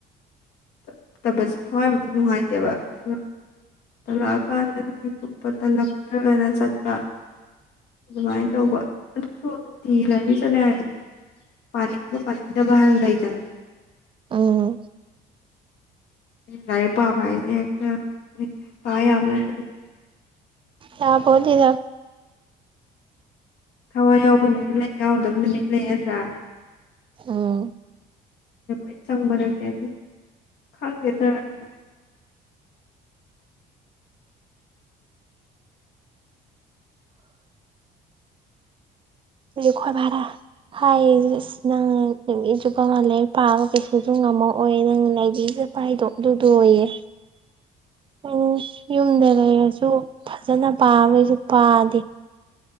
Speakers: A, on the left; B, on the right.
A: ꯇ ꯇꯕꯁꯦ ꯊꯋꯥꯏꯕꯨꯗꯤ ꯅꯨꯡꯉꯥꯏꯇꯦꯕ ꯑꯗꯨꯒ ꯇꯂꯛꯑꯀꯥꯟꯗꯅꯦ ꯀꯨꯞꯄ ꯇꯜꯂꯛꯇ꯭ꯔꯒꯅ ꯆꯠꯄ ꯑꯗꯨꯃꯥꯏꯅ ꯇꯧꯕ ꯑꯗꯨꯁꯨ ꯅꯨꯡꯇꯤ ꯂꯥꯏꯕꯦꯔꯤ ꯆꯠꯂꯦ ꯍꯥꯏꯅꯦ ꯄꯥꯅꯤꯡꯕ ꯄꯥꯅꯤꯡꯗꯕ ꯍꯥꯏꯕ ꯂꯩꯗꯅ
B: ꯑꯥ
A: ꯂꯥꯏꯛ ꯄꯥꯝꯕ ꯍꯥꯏꯁꯦ ꯍꯦꯛꯇ ꯄꯥꯏ ꯌꯥꯝꯕꯅ
B: ꯌꯥꯕꯣꯂꯤꯗ
A: ꯊꯋꯥꯏ ꯌꯥꯎꯕ ꯅꯨꯃꯤꯠ ꯂꯩ ꯌꯥꯎꯗꯕ ꯅꯨꯃꯤꯠ ꯂꯩ ꯅꯠꯇ꯭ꯔꯥ
B: ꯎꯝ
A: ꯑ ꯆꯪꯕꯅꯦꯠꯇꯦ ꯈꯪꯗꯦꯗ ꯃꯇ
B: ꯑꯗꯨ ꯈꯣꯏ ꯚꯔꯥ ꯍꯥꯏ ꯅꯪ ꯅꯨꯃꯤꯠ ꯆꯨꯞꯕꯉ ꯂꯥꯏꯔꯤꯛ ꯄꯥꯕ ꯀꯩꯁꯨ ꯉꯝꯃꯑꯣꯏ ꯅꯪꯥꯏꯕꯤꯁ ꯄꯥꯏꯗꯣ ꯑꯗꯨꯗ ꯑꯣꯏꯌꯦ ꯎꯝ ꯌꯨꯝꯗ ꯂꯩꯔꯁꯨ ꯐꯖꯅ ꯄꯥꯕꯩꯁꯨ ꯄꯥꯗꯦ